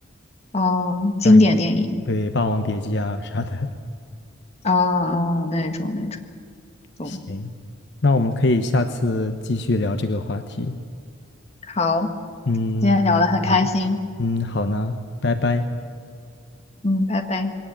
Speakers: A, on the left; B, on the left.
A: 啊，经典电影
B: 像什么对《霸王别姬》啊啥的。
A: 啊啊、哦哦那种那种，懂。
B: 行，那我们可以下次继续聊这个话题。
A: 好，
B: 嗯，
A: 今天聊得很开心，
B: 啊，嗯，好呢，拜拜。
A: 嗯，拜拜。